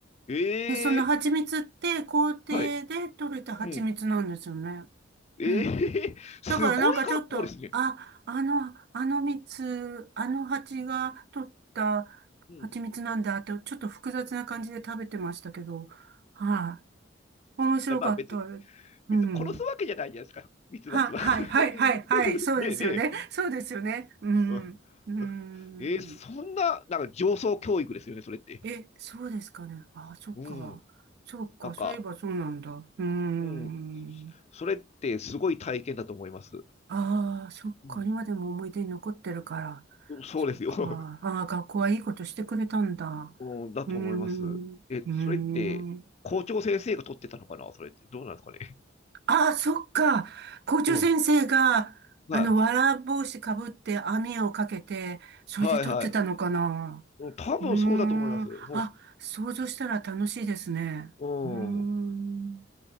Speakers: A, on the left; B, on the right.
A: い。
B: でその蜂蜜って校庭で採れた蜂蜜なんですよね。
A: ええはい。うん。ええ
B: うん。
A: <laughs>
B: だからなんかちょっと、
A: すごい学校ですね。
B: あ、あの、あの蜜、あの蜂が取った蜂蜜なんだって、
A: うん
B: ちょっと複雑な感じで食べてましたけど、はい、面白かったです。
A: や、まあ別に、別に殺すわけじゃないじゃないですか、
B: うん。
A: ミツバチは。
B: は、はい、
A: <laughs>
B: はい、はい、はい、そうですよね。
A: ねえねえ。
B: そうですよね。うん。
A: <laughs>
B: うん。
A: えーそんな、なんか上層教育ですよね、それって。
B: え、そうですかね。あ、そっか。
A: うん。
B: そっか、
A: なんか、
B: そういえばそうなんだ。うん。
A: うん。それってすごい体験だと思います。う
B: ああ、そっか。
A: ん。
B: 今でも思い出に残ってるから。
A: うんそうですよ。
B: そっか。
A: <laughs>
B: ああ、学校はいいことしてくれたんだ。
A: うん、だと思います。
B: うん。
A: え、
B: うん。
A: それって、校長先生が取ってたのかなそれって。どうなんですかね。
B: ああ、そっか。校長先生が、
A: うん。はい。
B: あの、わら帽子かぶって網をかけて、それで撮ってたのかな。
A: はいはい。うん、多分そうだと思います。
B: うーん。
A: う
B: あ、想像したら楽しいですね。
A: ん。
B: うーん。
A: うん。